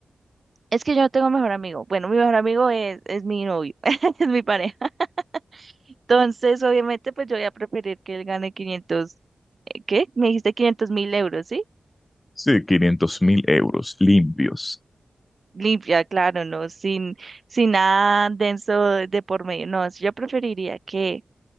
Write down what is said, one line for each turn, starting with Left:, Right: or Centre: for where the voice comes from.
Right: Es que yo no tengo mejor amigo. Bueno, mi mejor amigo es, es mi novio, <laughs> es mi pareja. Entonces, obviamente, pues yo voy a preferir que él gane 500, eh, ¿qué? Me dijiste 500 mil euros, ¿sí?
Left: Sí, quinientos mil euros limpios.
Right: Limpia, claro, ¿no? Sin, sin nada denso de por medio. No, yo preferiría que,